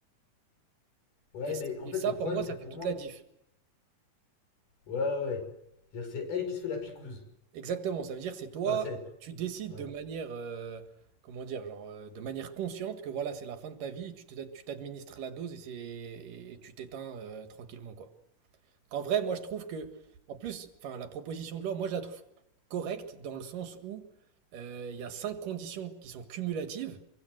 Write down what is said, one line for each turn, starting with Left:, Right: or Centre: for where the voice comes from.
Left: Ouais,
Right: Et,
Left: mais en
Right: et
Left: fait,
Right: ça
Left: le problème,
Right: pour moi,
Left: c'est
Right: ça
Left: que
Right: fait
Left: pour
Right: toute
Left: moi,
Right: la diff.
Left: ouais, ouais. ouais. C'est-à-dire, c'est elle qui se fait la picouse.
Right: Exactement, ça veut dire c'est toi,
Left: Enfin, c'est,
Right: tu décides
Left: ouais,
Right: de manière, euh, comment dire, genre, euh, de manière consciente que voilà, c'est la fin de ta vie et tu te- tu t'administres la dose et, c'est, et tu t'éteins euh, tranquillement, quoi. Qu'en vrai, moi, je trouve que, en plus, enfin, la proposition de loi, moi, je la trouve correcte dans le sens où euh, il y a cinq conditions qui sont cumulatives.